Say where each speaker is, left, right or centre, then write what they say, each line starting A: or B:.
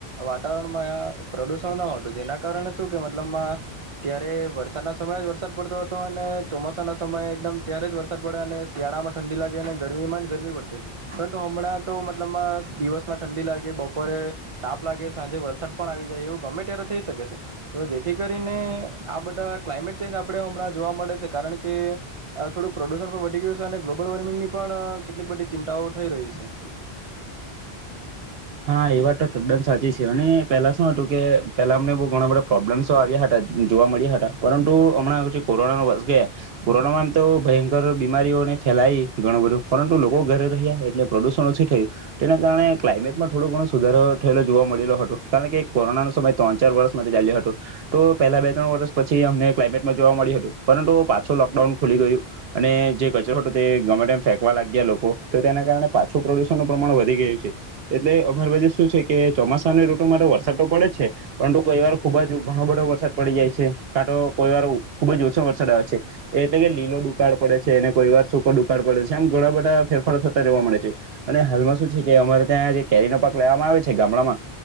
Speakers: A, on the right (about 35°); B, on the right (about 70°).
A: વાતાવરણમાં પ્રદુસણ ન હતું. જેના કારણે સુ કે, મતલબમાં, ત્યારે વરસાદના સમયે જ વરસાદ પડતો હતો, અને ચોમાસાના સમયે, એકદમ ત્યારે જ વરસાદ પડે અને સ્યાળામાં ઠંડી લાગે અને ગરમીમાં ગરમી પડતી હતી, પરંતુ હમણાં તો મતલબમાં, દિવસના ઠંડી લાગે, બપોરે તાપ લાગે, સાંજે વરસાદ પણ આવી જાય, એવું ગમે ત્યારે થઈ શકે છે. તો જેઠી કરીને આ બધા ક્લાઇમેટ ચેન્જ આપણે હમણાં જોવા મળે છે કારણ કે થોડુંક પ્રડુસણ પણ વઢી ગયું છે અને ગ્લોબલ વોર્મિંગની પણ કેટલીક બધી ચિંતાઓ થઈ રહી છે.
B: હા એ વાટ ટો ટદ્દન સાચી છે અને પેલા સુ હતું કે પેલા અમને બહુ ઘણા બધા પ્રોબ્લેમ્સો આવ્યા હટા જોવા મળ્યા હટા, પરંટુ હમણાં કોરોના વસ ગયા, કોરોનામાં તો ભયંકર બીમારીઓને ફેલાય ઘણું બધું, પરંટુ લોકો ઘરે રહિયા, એટલે પ્રડુસણ ઓછું થયું તેના કારણે ક્લાઈમેટમાં થોડો ઘણો સુધારો થયેલો જોવા મળેલો હતો, કારણ કે કોરોનાનો સમય ત્રણ ચાર વર્ષ માટે ચાલ્યો હતો, તો પહેલા બે ત્રણ વર્ષ પછી અમને ક્લાઇમેટમાં જોવા મળ્યું હતું પરંતુ પાછો લોકડાઉન ખુલી ગયું, અને જે કચરો હટુ તે ગમે ટેમ ફેંકવા લાગ્યા લોકો તો તેના કારણે પાછું પ્રદુષણનું પ્રમાણ વધી ગયું છે. એટલે અમારી બાજુ શું છે કે, ચોમાસાની ઋટુમાં તો વરસાદ તો પડે જ છે, પરંટુ કોઈ વાર ખુબ જ ઘણો બધો વરસાદ પડી જાય છે, કા તો કોઈ વાર ખુબ જ ઓછો વરસાદ આવે છે, એટલે કે લીલો દુકાળ પડે છે અને કોઈ વાર સૂકો ડુકાડ પડે છે એમ ઘણા બધા ફેરફારો થતા રહેવા મળે છે, અને હાલમાં શું છે કે અમારે ત્યાં જે કેરીનો પાક લેવામાં આવે છે ગામડામાં,